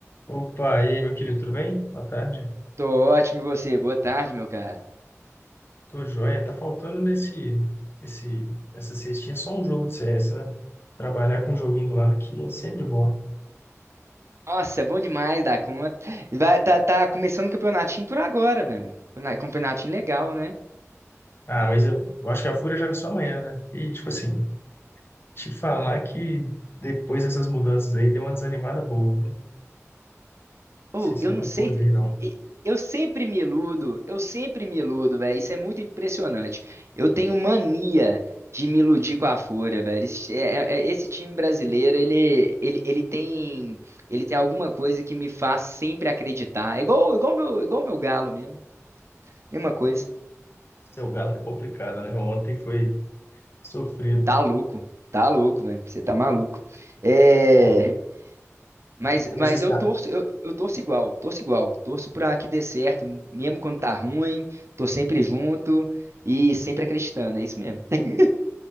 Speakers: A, on the left; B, on the right.
A: Opa, e aí, meu querido, tudo bem? Boa tarde.
B: Tô ótimo, e você? Boa tarde, meu cara.
A: Tô joia. Tá faltando nesse, esse, essa cestinha só um jogo de CS, né? Trabalhar com um joguinho do lado aqui é sempre bom.
B: Nossa, é bom demais dar conta. Vai, tá, tá começando o campeonatinho por agora, velho. Cona- Campeonatinho legal, né?
A: Ah, mas eu, eu acho que a Fúria joga só amanhã, né? E, tipo assim, te falar que depois dessas mudanças aí deu uma desanimada boa. né? Não
B: Ou,
A: sei se
B: eu
A: eu
B: não
A: concordei,
B: sei.
A: não.
B: e- Eu sempre me iludo, eu sempre me iludo, velho. Isso é muito impressionante. Eu tenho mania de me iludir com a Fúria, velho. Esse, é- é- é, esse time brasileiro, ele, ele, ele tem, ele tem alguma coisa que me faz sempre acreditar. É igual, igual meu, igual meu galo mesmo. Mesma coisa.
A: Seu galo é complicado, né? Ontem foi sofrido.
B: Tá louco, tá louco, velho. Você tá maluco. É,
A: Bom,
B: mas,
A: Mas
B: mas
A: isso,
B: eu torço, eu, eu torço igual, torço igual. Torço pra que dê certo, mesmo quando tá ruim, tô sempre junto e sempre acreditando, é isso mesmo. <laughs>